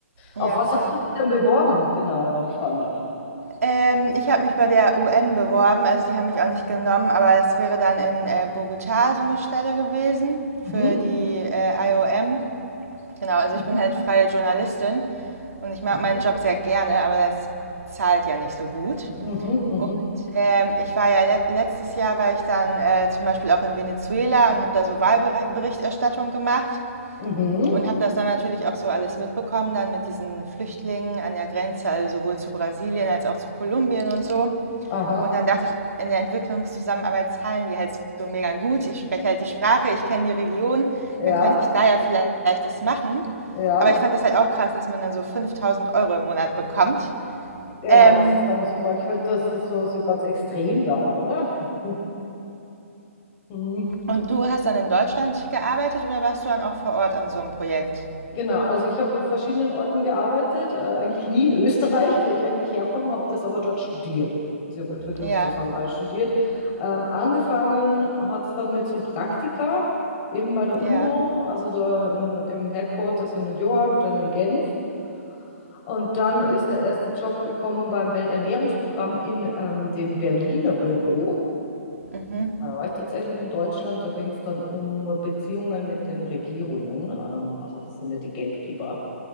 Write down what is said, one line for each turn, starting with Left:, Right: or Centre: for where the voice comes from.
Right: Ja,
Left: Auf was
Right: klar.
Left: hast du dich denn beworben, genau, wenn ich fragen darf?
Right: Ähm, ich habe mich bei der UN beworben, also die haben mich auch nicht genommen, aber das wäre dann in äh, Bogotá so eine Stelle gewesen
Left: Mhm.
Right: für die äh, IOM. Genau, also
Left: Mhm.
Right: ich bin halt freie Journalistin und ich mag
Left: Mhm.
Right: meinen Job sehr gerne, aber es zahlt ja nicht so gut.
Left: Mhm. Mhm.
Right: Und ähm, ich war ja le letztes Jahr, war ich dann äh, zum Beispiel auch in Venezuela und habe da so Wahlberichterstattung gemacht.
Left: Mhm.
Right: Und habe das dann natürlich auch so alles mitbekommen, dann mit diesen Flüchtlingen an der Grenze, also sowohl zu Brasilien als auch zu Kolumbien und so.
Left: Aha.
Right: Und dann dachte ich, in der Entwicklungszusammenarbeit zahlen die halt so mega gut. Ich spreche halt die Sprache, ich kenne die Region,
Left: Ja.
Right: dann könnte ich da ja vielleicht das machen.
Left: Ja.
Right: Aber ich fand das halt auch krass, dass man dann so 5000 Euro im Monat bekommt.
Left: Genau,
Right: Ähm,
Left: das ist dann so manchmal, das ist so, so ganz extrem dann, oder? <laughs> Mhm.
Right: und du hast dann in Deutschland gearbeitet oder warst du dann auch vor Ort an so einem Projekt?
Left: Genau, also ich habe in verschiedenen Orten gearbeitet, äh, eigentlich nie in Österreich, wo ich eigentlich herkomme, habe das aber dort studiert. Also ich habe Entwicklungszusammenarbeit
Right: Ja,
Left: studiert. Ähm, angefangen hat es dann mit so Praktika, eben bei der UNO,
Right: ja,
Left: also da in, im Headquarters in New York, dann in Genf. Und dann ist der erste Job gekommen beim Welternährungsprogramm in ähm, dem Berliner Büro.
Right: mhm,
Left: Ah, Da war ich tatsächlich in Deutschland, da ging es dann um Beziehungen mit den Regierungen. Ähm, also das sind ja die Geldgeber.